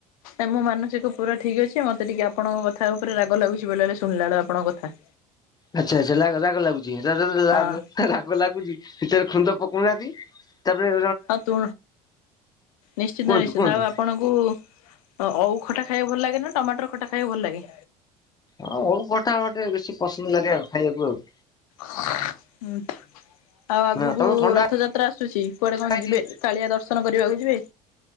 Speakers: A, on the left; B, on the left.
A: ନା ମୋ ମାନସିକ ପୁରା ଠିକ ଅଛି ମତେ ଟିକେ ଆପଣଙ୍କ କଥା ଉପରେ ରାଗ ଲାଗୁଛି ବେଳେ ବଳେ ଶୁଣିଲା ବେଳୁ ଆପଣଙ୍କ କଥା।
B: ଆଚ୍ଛା ଆଚ୍ଛା ରା ରାଗ ଲାଗୁଛି ରା ରା
A: ହଁ
B: ରାଗ ଲାଗୁଛି ଦି ଚାରି ଖୁନ୍ଦ ପକଉ ନାହାଁନ୍ତି। ତାପରେ
A: ଆଉ ତୁ ନିଶ୍ଚିନ୍ତ
B: କୁହନ୍ତୁ
A: ନିଶ୍ଚିନ୍ତ
B: କୁହନ୍ତୁ
A: ଆଉ ଆପଣଙ୍କୁ ଓଉ ଖଟା ଖାଇବାକୁ ଭଲ ଲାଗେ ନା ଟମାଟର ଖଟା ଖାଇବାକୁ ଭଲ ଲାଗେ।
B: ହଁ ଅଉ ଖଟା ଗୋଟେ ବେଶୀ ପସନ୍ଦ ଲାଗେ ଆଉ ଖାଇବାକୁ ଆଉ।
A: ହୁଁ। ଆଉ ଆଗକୁ
B: ହଁ ତମକୁ ଥଣ୍ଡା
A: ରଥଯାତ୍ରା ଆସୁଚି କୁଆଡେ କଣ
B: ହେଇଛି
A: ଯିବେ କାଳିଆ ଦର୍ଶନ କରିବାକୁ ଯିବେ?